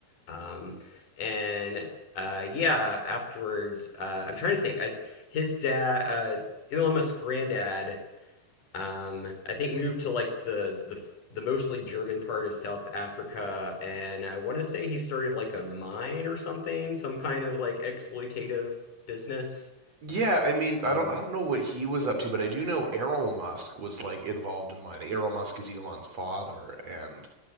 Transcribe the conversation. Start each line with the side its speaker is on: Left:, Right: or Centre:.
Left: Um, and uh, yeah, afterwards, uh, I'm trying to think. I his dad, uh, Elon Musk's granddad, um, I think moved to like the the the mostly German part of South Africa, and I want to say he started like a mine or something, some kind of like exploitative business.
Right: Yeah, I mean, I
Left: Uh,
Right: don't I don't know what he was up to, but I do know Errol Musk was like involved in mine. Errol Musk is Elon's father, and